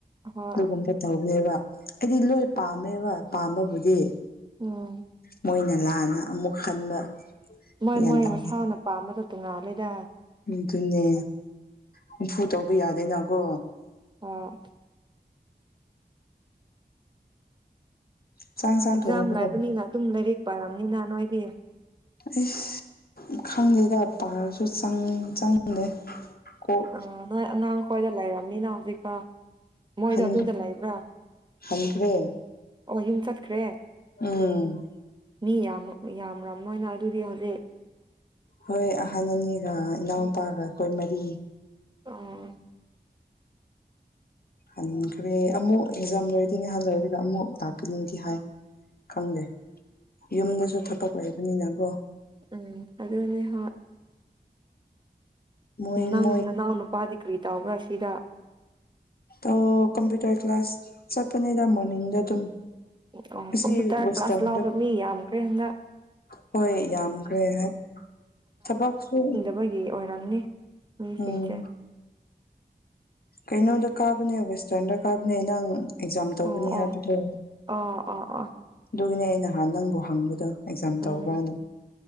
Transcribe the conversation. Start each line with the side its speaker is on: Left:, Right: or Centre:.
Right: ꯍꯣꯏ
Left: ꯑꯗꯨꯒꯨꯝꯕ ꯇꯧꯕꯅꯦꯕ ꯑꯩꯗꯤ ꯂꯣꯏ ꯄꯥꯝꯃꯦꯕ ꯄꯥꯝꯕꯕꯨꯗꯤ
Right: ꯎꯝ
Left: ꯃꯣꯏꯅ ꯂꯥꯟꯅ ꯑꯃꯨꯛ ꯈꯟꯕ
Right: ꯃꯣꯏ
Left: ꯒ꯭ꯌꯥꯟ
Right: ꯃꯣꯏ
Left: ꯇꯥ
Right: ꯃꯁꯥꯅ ꯄꯥꯝꯕꯗꯨ ꯇꯣꯉꯥꯜꯂꯤꯗ
Left: ꯑꯗꯨꯅꯦ ꯅꯝꯐꯨ ꯇꯧꯕ ꯌꯥꯗꯦꯅꯀꯣ
Right: ꯍꫭꯏ
Left: ꯆꯥꯛ ꯏꯟꯁꯥꯡ
Right: ꯑꯦꯛꯖꯥꯝ
Left: ꯊꯣꯡꯉꯕꯣ
Right: ꯂꯥꯏꯕꯅꯤꯅ ꯑꯗꯨꯝ ꯂꯥꯏꯔꯛ ꯄꯥꯔꯝꯅꯤꯅ ꯅꯣꯏꯗꯤ
Left: ꯏꯁ ꯈꯪꯗꯦꯗ ꯄꯥꯔꯁꯨ ꯆꯪ ꯆꯪꯗꯦ ꯀꯣꯛ
Right: ꯑ ꯅꯣꯏ ꯑꯉꯥꯡꯈ꯭ꯣꯏꯗ ꯂꯩꯔꯕꯅꯤꯅ ꯍꯧꯖꯤꯛꯄꯥꯎ ꯃꯣꯏꯗꯣ
Left: ꯍꯟ
Right: ꯑꯗꯨꯗ ꯂꯩꯕ꯭ꯔꯥ
Left: ꯍꯟꯈ꯭ꯔꯦ
Right: ꯑꯣ ꯌꯨꯝ ꯆꯠꯈ꯭ꯔꯦ
Left: ꯎꯝ
Right: ꯃꯤ ꯌꯥꯝ ꯌꯥꯝ꯭ꯔꯕꯅꯤꯅ <unintelligible> ꯑꯗꯨꯗꯤ ꯍꯧꯖꯤꯛ
Left: ꯍꯣꯏ ꯑꯍꯟ ꯑꯅꯤꯒ ꯏꯅꯥꯎꯄꯥꯒ ꯑꯩꯈꯣꯏ ꯃꯔꯤ
Right: ꯑꯣ
Left: ꯍꯟꯈ꯭ꯔꯦ ꯑꯃꯨꯛ ꯑꯦꯛꯖꯥꯝ ꯂꫭꯏꯔꯗꯤ ꯉꯍꯥꯛ ꯂꯩꯏꯔꯒ ꯑꯃꯨꯛ ꯂꯥꯛꯀꯅꯤꯗꯤ ꯍꯥꯏ ꯈꯪꯗꯦ ꯌꯨꯝꯗꯁꯨ ꯊꯕꯛ ꯂꯩꯕꯅꯤꯅꯀꯣ
Right: ꯎꯝ ꯑꯗꯨꯅꯦ ꯍꫭꯏ
Left: ꯃꯣꯏ
Right: ꯅꯪ
Left: ꯃꯣꯏ
Right: ꯅꯅꯥꯎ ꯅꯨꯄꯥꯗꯤ ꯀꯔꯤ ꯇꯧꯕ꯭ꯔꯥ ꯁꯤꯗ
Left: ꯑꫭ ꯀꯝꯄ꯭ꯌꯨꯇꯔ ꯀ꯭ꯂꯥꯁ ꯆꯠꯄꯅꯦꯗ ꯃꯣꯔꯅꯤꯡꯗ ꯑꯗꯨꯝ
Right: ꯑꯣ
Left: ꯑꯁꯤ
Right: ꯀꯝꯄꯌꯨꯇꯔ
Left: ꯋꯦꯁꯇꯔꯟꯗ
Right: ꯀ꯭ꯂꯥꯁ ꯂꯥꯎꯕ ꯃꯤ ꯌꯥꯝꯈ꯭ꯔꯦ ꯍꯅ
Left: ꯍꯣꯏ ꯌꯥꯝꯈ꯭ꯔꯦ ꯍꯥꯏ ꯊꯕꯛꯁꯨ
Right: ꯑꯩꯈꯣꯏꯒꯤ ꯑꯣꯏꯔꯝꯅꯤ ꯃꯤꯁꯤꯡꯁꯦ
Left: ꯎꯝ ꯀꯩꯅꯣꯗ ꯀꯥꯕꯅꯦ ꯋꯦꯁꯇꯔꯟꯗ ꯀꯥꯕꯅꯦ ꯅꯪ ꯑꯦꯛꯖꯥꯝ ꯇꯧꯒꯅꯤ
Right: ꯑꯣ ꯑꯣ
Left: ꯍꯥꯏꯕꯗꯣ
Right: ꯑꯣ ꯑꯣ ꯑꯣ
Left: ꯑꯗꯨꯒꯤꯅꯦ ꯑ ꯅꯍꯥꯟ ꯅꯪꯕꯨ ꯍꯪꯕꯗꯣ ꯑꯦꯛꯖꯥꯝ ꯇꯧꯕꯅ
Right: ꯎꯝ